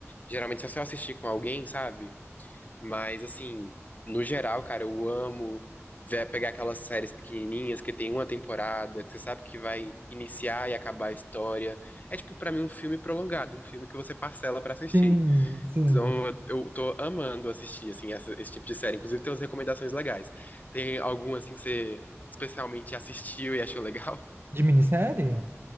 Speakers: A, on the left (about 35°); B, on the right (about 50°).
A: Geralmente só se eu assistir com alguém, sabe? Mas, assim, no geral, cara, eu amo ver, pegar aquelas séries pequenininhas que tem uma temporada, que você sabe que vai iniciar e acabar a história. É, tipo, pra mim, um filme prolongado, um filme que você parcela pra assistir.
B: Sim, sim.
A: Então, eu eu tô amando assistir, assim, essa- esse tipo de série. Inclusive, tem umas recomendações legais. Tem algum, assim, que você especialmente assistiu e achou legal? <laughs>
B: De minissérie?